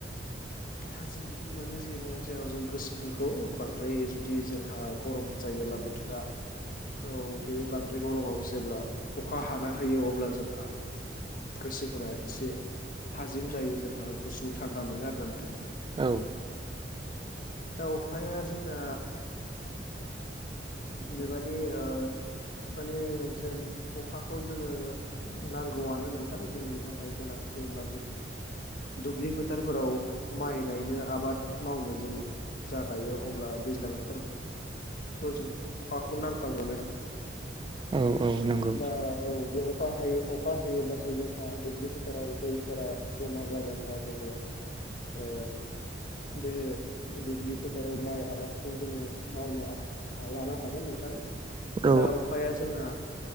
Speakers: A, on the left; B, on the right.
A: थाजिम मोनो ज जेराव जों गोसोफोरखौ बांद्राय जुदि जोंहा गरम जायोब्ला बोथोरा औ बे बांद्राय गरमआव जेब्ला अखा हाना होयो अब्ला जोंहा गोसोफोरा एसे थाजिम जायो जोंहा गुसु थान्दा मोनो आरो नोंथां
B: औ
A: दा अखाया जोंना बेबादि ओ माने जों अखाखौ जोङो नांगौआनो नोंथां जोंनि थाखाय गोनां जेब्ला जों दुब्लि फोथारफोराव माइ गायनो आबाद मावनो जों जाखायो अब्ला दैज्लां बोथोर थ' जोंनो अखाखौ नांखागौलाय न
B: औ औ नंगौ
A: दा औ बे अखा हायो अखा हायोब्लासो जोंहा दुब्लि फोथाराव दै फोर जमा जागोनबा जोङो ओ बे दुबनि फोथाराव माइ आबादखौ जोङो मावनो लानो हागोन नोंथां
B: औ
A: दा अफाया जोंना